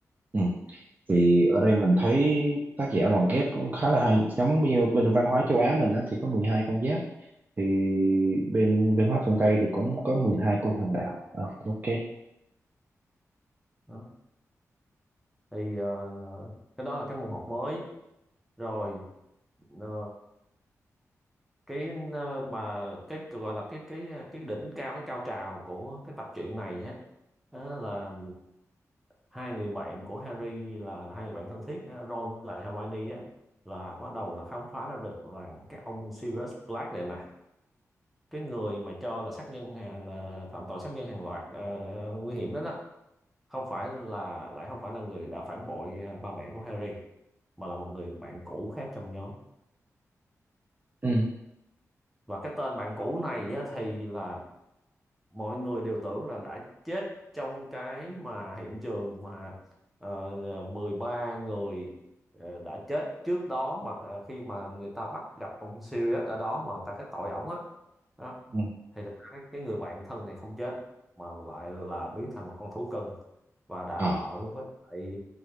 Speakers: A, on the right; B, in the centre.
A: ừ. Thì ở đây mình thấy tác giả lồng ghép cũng khá là hay. Giống như bên văn hóa châu Á mình á, thì có 12 con giáp. Thì bên văn hóa phương Tây thì cũng có 12 con hoàng đạo. Ờ, ok.
B: đó. thì ờ, cái đó là cái môn học mới rồi ờ, cái ờ, mà cái gọi là cái cái ờ, cái đỉnh cao cái cao trào của cái tập truyện này á đó là hai người bạn của Harry là hai người bạn thân thiết á, Ron với lại Hermione á là bắt đầu là khám phá ra được là cái ông Sirius Black này nè cái người mà cho là sát nhân hàng là phạm tội sát nhân hàng loạt ờ, nguy hiểm đó đó không phải là lại không phải là người đã phản bội à, ba mẹ của Harry mà là một người bạn cũ khác trong nhóm
A: Ừ,
B: và cái tên bạn cũ này á, thì là mọi người đều tưởng là đã chết trong cái mà hiện trường mà ờ, ờ, 13 người ờ, đã chết trước đó mà ờ, khi mà người ta bắt gặp ông Sirius ở đó mà người ta kết tội ổng á đó
A: ừ.
B: thì được cái, cái người bạn thân này không chết mà lại là biến thành một con thú cưng và đã
A: À.
B: ở với lại